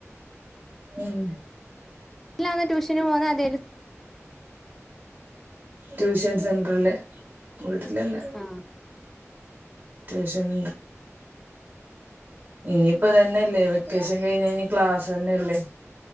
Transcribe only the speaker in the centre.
വീട്ടിലാണോ ട്യൂഷന് പോകുന്നുത് അ
ആഹ്